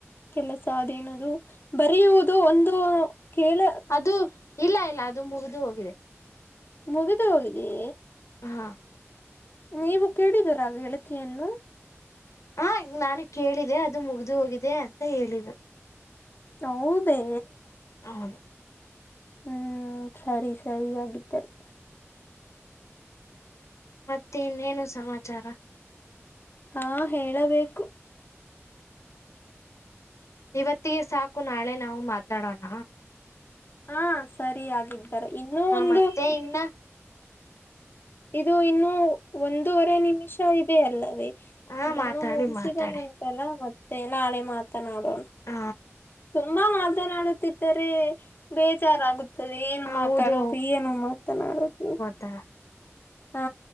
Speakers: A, on the left (about 45°); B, on the left (about 80°).
A: ಕೆಲಸ ಅದೇನದು ಬರೆಯುವುದು ಒಂದು ಕೇಲ
B: ಅದು ಇಲ್ಲ ಇಲ್ಲ ಅದು ಮುಗಿದು ಹೋಗಿದೆ
A: ಮುಗಿದು ಹೋಗಿದೆಯೇ
B: ಹಾ
A: ನೀವು ಕೇಳಿದೀರಾ ಗೆಳತಿಯನ್ನು
B: ಹಾ ಈ ನಾನು ಕೇಳಿದೆ ಅದು ಮುಗ್ದು ಹೋಗಿದೆ ಅಂತ ಹೇಳಿದ್ರು
A: ಹೌದೇ
B: ಆ ಹೌದು
A: ಹ್ಮ್ ಸರಿ ಸರಿ ಆಗಿದ್ದಿದ್ದಾರೆ
B: ಮತ್ತೆ ಇನ್ನೇನು ಸಮಾಚಾರ
A: ಹಾ ಹೇಳಬೇಕು
B: ಇವತ್ತಿಗೆ ಸಾಕು ನಾಳೆ ನಾವು ಮಾತಾಡೋಣ
A: ಹಾ ಸರಿ ಆಗಿದ್ದಾರೆ ಇನ್ನೂ ಒಂದು
B: ಮತ್ತೆ ಇನ್ನ
A: ಇದು ಇನ್ನು ಒಂದೂವರೆ ನಿಮಿಷ ಇದೆ ಅಲ್ಲವೇ
B: ಹಾ
A: ಇದನ್ನು
B: ಮಾತಾಡಿ
A: ಮುಗಿಸಿದ
B: ಮಾತಾಡಿ
A: ನಂತ ಲ್ಲ ಮತ್ತೆ ನಾಳೆ ಮಾತನಾಡೋಣ
B: ಹ
A: ತುಂಬಾ ಮಾತನಾಡುತ್ತಿದ್ದರೆ ಬೇಜಾರಾಗುತ್ತೆ ಏನ್
B: ಹೌದು
A: ಮಾತಾಡೋದು ಏನು ಮಾತನಾಡುದು
B: ತ್ತ
A: ಹಾ